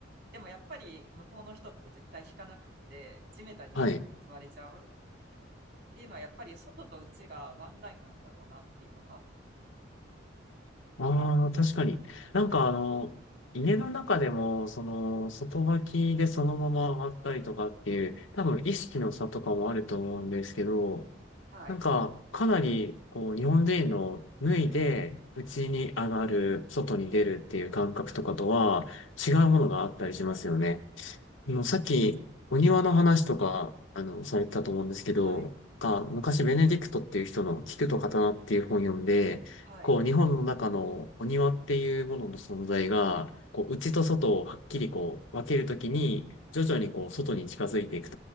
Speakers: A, on the right; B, on the left.
A: でもやっぱり向こうの人って絶対引かなくって、地べたに普通に座れちゃうっ
B: はい。
A: ていうのは、やっぱり外と内がワンラインなんだろうなっていうのが、
B: ああ、確かに。なんかあの、家の中でも、その、外履きでそのまま上がったりとかっていう、多分意識の差とかもあると思うんですけど、
A: はい、
B: なんか、かなり、こう、日本人の脱いで、家に上がる、外に出るっていう感覚とかとは、違うものがあったりしますよね。あの、さっき、お庭の話とか、あの、されてたと思うんですけど、
A: はい、
B: が、昔、ベネディクトっていう人の菊と刀っていう本読んで、
A: はい。
B: こう、日本の中のお庭っていうものの存在が、こう、内と外をはっきりこう、分けるときに、徐々にこう、外に近づいていく